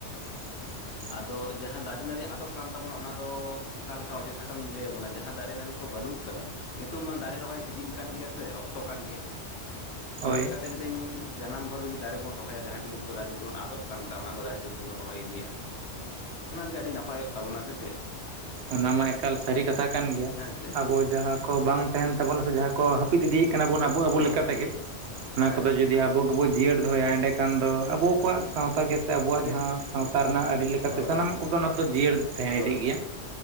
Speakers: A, on the right; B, on the left.
A: <inaudible>
B: ᱟᱫᱚ ᱡᱟᱦᱟᱸ ᱫᱟᱨᱮ ᱱᱟᱹᱲᱤ ᱟᱫᱚᱜ ᱠᱟᱱ ᱛᱟᱵᱚᱱᱟ ᱚᱱᱟ ᱫᱚ ᱚᱠᱟ ᱞᱮᱠᱟ ᱚᱡᱮ ᱥᱟᱠᱟᱢ ᱤᱧ ᱞᱟᱹᱭ ᱟᱵᱚᱱᱟ ᱡᱟᱦᱟᱸ ᱫᱟᱨᱮ ᱱᱟᱹᱲᱤ ᱠᱚ ᱵᱟᱹᱱᱩᱜ ᱠᱟᱫᱟ ᱱᱤᱛᱚᱜ ᱢᱟ ᱫᱟᱨᱮ ᱨᱚᱦᱚᱭ ᱥᱤᱡᱤᱱ ᱠᱟᱱ ᱜᱮᱭᱟ ᱥᱮ ᱚᱠᱛᱚ ᱠᱟᱱ ᱜᱮᱭᱟ ᱾
A: ᱦᱳᱭ
B: ᱚᱱᱟ ᱞᱮᱠᱟ ᱛᱮ ᱞᱟᱹᱭ ᱤᱫᱟᱹᱧ ᱡᱟᱱᱟᱢ ᱜᱚᱨ ᱜᱮ ᱡᱩᱫᱤ ᱫᱟᱨᱮ ᱵᱚᱱ ᱨᱚᱦᱚᱭᱟ ᱡᱟᱦᱟᱸ ᱡᱤᱱᱤᱥ ᱠᱚ ᱫᱟᱨᱮ ᱡᱮᱢᱚᱱ ᱟᱫᱚᱜ ᱠᱟᱱᱛᱮ ᱚᱱᱟ ᱠᱚ ᱫᱟᱨᱮ ᱠᱚ ᱡᱩᱫᱤ ᱵᱚᱱ ᱨᱚᱦᱚᱭ ᱤᱫᱤᱭᱟ, ᱚᱱᱟᱜᱮ ᱟᱹᱰᱤ ᱱᱟᱯᱟᱭᱚᱜ ᱛᱟᱵᱚᱱᱟ ᱥᱮ ᱪᱮᱫ?
A: ᱚᱱᱟ ᱢᱟ ᱮᱠᱟᱞ ᱥᱟᱹᱨᱤ ᱠᱟᱛᱷᱟ ᱠᱟᱱ ᱜᱮᱭᱟ᱾
B: ᱦᱮᱸ ᱥᱮ
A: ᱟᱵᱚ ᱡᱟᱸᱦᱟ ᱠᱚ ᱵᱟᱝ ᱛᱟᱦᱮᱱ ᱛᱟᱵᱚᱱᱟ ᱾ ᱥᱮ ᱡᱟᱦᱟᱸ ᱠᱚ ᱦᱟᱹᱯᱤᱫ ᱤᱫᱤᱭᱮᱫ ᱠᱟᱱᱟ ᱵᱚᱱ ᱟᱵᱚ ᱟᱵᱚ
B: ᱦᱳᱭ
A: ᱞᱮᱠᱟ
B: ᱦᱳᱭ
A: ᱛᱮᱜᱮ ᱾ ᱚᱱᱟ
B: ᱦᱮᱸ
A: ᱠᱚ ᱫᱚ ᱡᱩᱫᱤ ᱟᱵᱚ ᱜᱮᱵᱚ ᱡᱤᱭᱟᱹᱲ ᱫᱚᱦᱚᱭᱟ ᱮᱸᱰᱮᱠᱷᱟᱱ ᱫᱚ ᱟᱵᱚ ᱠᱚᱣᱟᱜ ᱥᱟᱶᱛᱟ ᱜᱮ ᱥᱮ ᱟᱵᱚᱣᱟᱜ
B: ᱦᱳᱭ
A: ᱡᱟᱦᱟᱸ ᱥᱟᱶᱛᱟ ᱨᱮᱱᱟᱜ ᱟᱹᱨᱤ ᱞᱮᱠᱟᱛᱮ
B: ᱦᱳᱭ
A: ᱥᱟᱱᱟᱢᱟᱜ
B: ᱦᱳᱭ
A: ᱠᱚᱜᱮ ᱚᱱᱟ ᱫᱚ ᱡᱤᱭᱟᱹᱲ ᱛᱟᱦᱮᱸ
B: ᱦᱳᱭ
A: ᱤᱫᱤᱜ ᱜᱮᱭᱟ